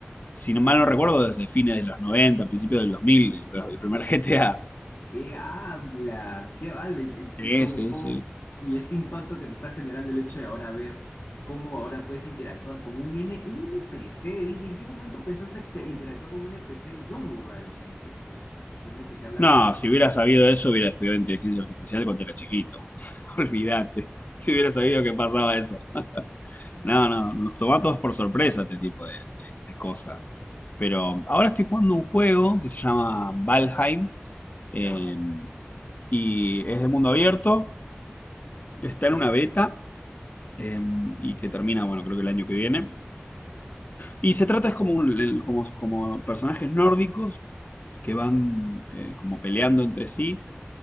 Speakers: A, on the left; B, on the left.
A: si no mal no recuerdo, desde fines de los 90, principios del 2000, el, el primer GTA.
B: ¿Qué hablas? ¿Qué vale? ¿Y
A: Ese,
B: cómo,
A: ese.
B: cómo- y este impacto que te está generando el hecho de ahora ver cómo ahora puedes interactuar con un N, un NPC? Dime, ¿en qué momento pensaste te- interactuar con un NPC? Yo me burla de los NPC. Los NPC hablan
A: No,
B: cualquier...
A: si hubiera sabido eso, hubiera estudiado inteligencia artificial cuando era chiquito. <laughs> Olvídate. Si hubiera sabido que pasaba eso. No,
B: palabra,
A: no, nos
B: pero-
A: toma a todos por sorpresa este tipo de, de- de cosas. Pero ahora estoy jugando un juego que se llama Valheim
B: ¿Ya?
A: eh, y es de mundo abierto. Está en una beta eh, y que termina, bueno, creo que el año que viene. Y se trata es como, un- el- como, como personajes nórdicos que van eh, como peleando entre sí